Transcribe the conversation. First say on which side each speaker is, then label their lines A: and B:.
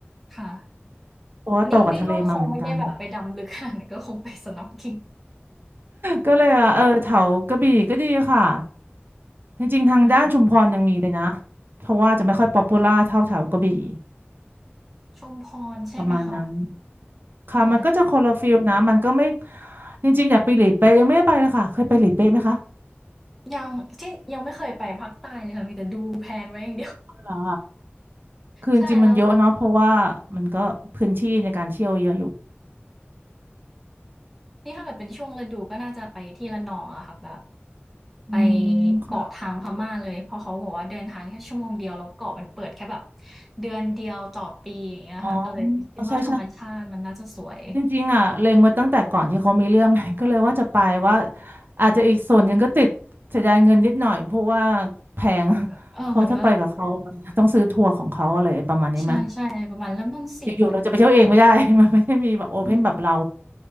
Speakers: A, in the centre; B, on the right.
A: ค่ะ
B: เพราะว่าโตกับทะเลมาเหมือนกัน
A: อันนี้นี่ก็คงไม่ได้แบบไปดำลึกขนาดนั้นก็คงไป snorkeling
B: ก็เลยอ่ะเออแถวกระบี่ก็ดีค่ะจริงๆทางด้านชุมพรยังมีเลยนะ
A: อา
B: เพราะว่าจะไม่ค่อยป๊อปปูล่าเท่าแถวกระบี่
A: ชุมพรใช่ไหมคะ
B: ประมาณนั้นค่ะมันก็จะคนละฟิลนะมันก็ไม่
A: ได้
B: จริงๆอยากไปหลีเป๊ะยังไม่ได้ไปเลยค่ะเคยไปหลีเป๊ะไหมคะ
A: ยังที่ยังไม่เคยไปภาคใต้เลยค่ะมีแต่ดูแพลนไว้อย่างเดียว
B: เหรอคือจริงๆมันเยอะเนาะเพราะว่ามันก็พื้นที่ในการเที่ยวเยอะอยู่
A: ใช่แล้วนี่ถ้าเกิดเป็นช่วงฤดูก็น่าจะไปที่ระนองอะค่ะแบบ ไป
B: อืมค่ะ
A: เกาะทางพม่าเลยเพราะเขาบอกว่าเดินทางแค่ชั่วโมงเดียวแล้วเกาะมันเปิดแค่แบบเดือนเดียวต่อปีอย่างเงี้ยค่ะก็เลยคิดว่าธรรมชาติมันน่าจะสวย
B: อ๋ออ๋อใช่ใช่ จริงๆอ่ะเล็งไว้ตั้งแต่ก่อนที่เขามีเรื่องไง <laughs> ก็เลยว่าจะไปว่าอาจจะอีกส่วนหนึ่งก็ติดเสียดายเงินนิดหน่อยเพราะว่าแพง <laughs>
A: มันแบบเออมันก็
B: เพราะถ้าไปกับเขามันต้องซื้อทัวร์ของเขาอะไรประมาณนี้ไหม
A: ใช่ๆประมาณเริ่มต้น4,000
B: อยู่ๆเราจะไปเที่ยวเองไม่ได้ <laughs> มันไม่ได้มีแบบโอเพนแบบเรา
A: อืม